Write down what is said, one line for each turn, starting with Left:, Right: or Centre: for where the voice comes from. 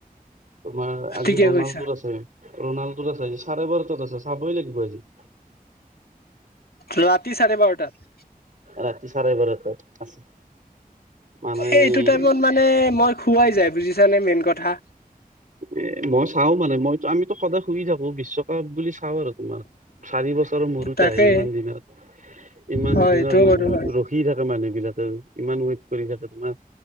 Right: তোমাৰ আজি
Left: ঠিকে
Right: ৰনাল্ডো
Left: কৈছা
Right: আছে ৰণাল্ডোৰ আছে আজি চাৰে বাৰটাত আছে চাবই লাগিব আজি
Left: ৰাতি চাৰে বাৰটাত
Right: ৰাতি চাৰে বাৰতাত আছে মানে
Left: এ এইটো টাইমত মানে মই খোৱাই যায় বুজিছানে মেইন কথা
Right: এ মই চাও মানে মই আমিতো সদায় শুই থাকো বিশ্বকাপ বুলি চাওঁ আৰু তোমাৰ চাৰি বছৰ চৰ মূৰত
Left: তাকে
Right: আহে ইমান দিনত ইমান
Left: হয়
Right: দিনৰ
Left: এইটোও
Right: মানুহ
Left: বাৰু হয়
Right: ৰখি থাকে মানুহ বিলাক ইমান ৱেট কৰি থাকে তোমাৰ